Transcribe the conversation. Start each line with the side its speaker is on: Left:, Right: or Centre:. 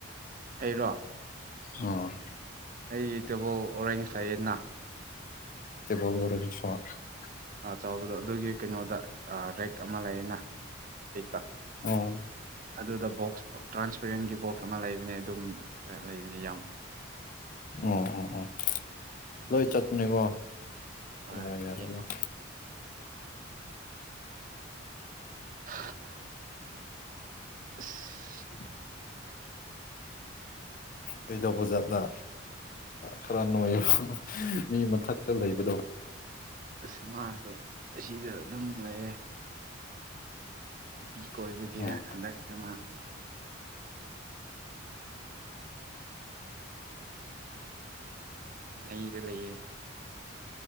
Right: ꯑꯩꯔꯣ
Left: ꯑꯥ
Right: ꯑꯩꯒꯤ ꯇꯦꯕꯜ ꯑꯣꯔꯦꯟꯖ ꯂꯥꯏꯌꯦꯅꯥ
Left: ꯇꯦꯕꯜ ꯑꯣꯔꯦꯟꯖ <unintelligible>
Right: ꯆꯥꯎꯕꯗꯣ ꯑꯗꯨꯒꯤ ꯀꯩꯅꯣꯗ ꯔꯦꯛ ꯑꯃ ꯂꯩꯌꯦꯅ ꯍꯤꯛꯄ
Left: ꯑꯣ
Right: ꯑꯗꯨꯗ ꯕꯣꯛꯁ ꯇ꯭ꯔꯥꯟꯁꯄꯦꯔꯦꯟꯒꯤ ꯕꯣꯛꯁ ꯑꯃ ꯂꯩꯕꯅꯦ ꯑꯗꯨꯝ ꯂꯩꯕꯅꯦ ꯌꯥꯝ
Left: ꯑꯣ ꯑꯣ ꯑꯣ ꯂꯣꯏ ꯆꯠꯅꯦꯀꯣ
Right: ꯍꯣꯏ
Left: ꯌꯥꯔꯦ ꯌꯥꯔꯦ
Right: ꯌꯦꯡꯉꯣ
Left: ꯂꯣꯏ
Right: ꯑꯁ
Left: <unintelligible> ꯀꯩꯗꯧꯕꯖꯥꯠꯂ ꯈꯔ ꯅꯣꯏꯑꯕ ꯃꯤ ꯃꯊꯛꯇ ꯂꯩꯕꯗꯣ
Right: ꯑꯁ ꯃꯁꯨ ꯑꯁꯤꯗ ꯑꯗꯨꯝ ꯂꯩꯌꯦ ꯅꯨꯄꯤ ꯀꯣꯏꯕꯒꯤꯔ
Left: ꯑꯣ
Right: ꯍꯟꯗꯛꯁꯨ ꯃꯥ ꯅꯩꯔꯥ ꯂꯩꯌꯦ